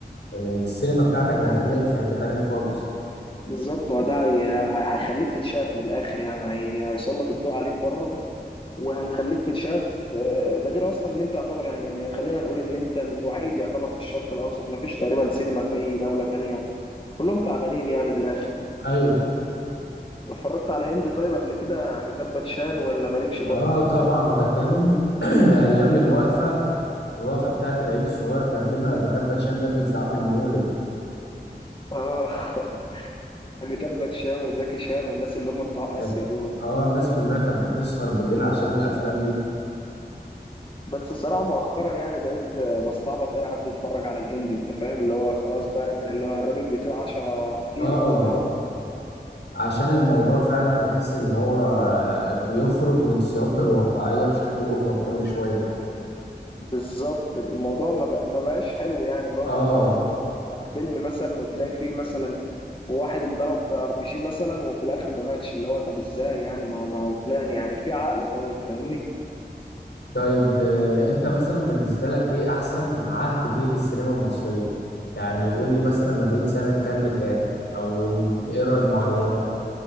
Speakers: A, on the left (about 90°); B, on the left (about 30°).
A: آه، السينما بتاعتك هتتنقل في حتة تانية خالص
B: بالظبط هو ده هي- هي- هيخليك تتشاف من الاخر يعني هي- هيسلط الضوء عليك بره وهيخليك تتشاف آه، ده غير اصلا ان انت يعتبر يعني خلينا نقول ان انت الوحيد يعتبر في الشرق الاوسط ما فيش تقريبا سينما في اي دوله تانية كلهم تعبانين يعني من الاخر
A: ايوه
B: اتفرجت على هند طيب قبل كده اميتاب باتشان ولا مالكش برضه
A: اه
B: في
A: طبعا
B: ال
A: ده كان <clears throat> ايام الوقفة الوقفة بتاعت العيد الصغير كان فيلم بتبت شان ده بيتذاع في المولد
B: اه <laughs> اميتاب باتشان وزكي شان والناس اللي هم بتوع
A: بجد
B: اسيا دول
A: اه الناس كلها كانت بتسهر بالليل عشان الافلام دي
B: بس الصراحة مؤخرا يعني بقيت بستعبط أي حد يتفرج على الهندي أنت فاهم اللي هو خلاص بقى يعني اللي هو الراجل بيطير 10 كيلو
A: اه
B: وما يموت
A: عشان الموضوع فعلا تحس ان هو بيخرج من سياق الواقعية بشكل اوفر كل شوية
B: بالظبط الموضوع ما بقى ما بقاش حلو يعني اللي هو
A: اه
B: أنت تتفرج مثلا على فيلم مثلا وتلاقي فيه مثلا واحد انضرب ار بي جي مثلا وفي الآخر ما ماتش اللي هو طب إزاي يعني ما هو ما هو يعني يعني في عقل طيب فاهمني
A: طيب آه، انت مثلا بالنسبة لك ايه احسن عهد جه للسينما المصرية يعني قول لي مثلا ما بين سنة كام لكام او الايرا المعينة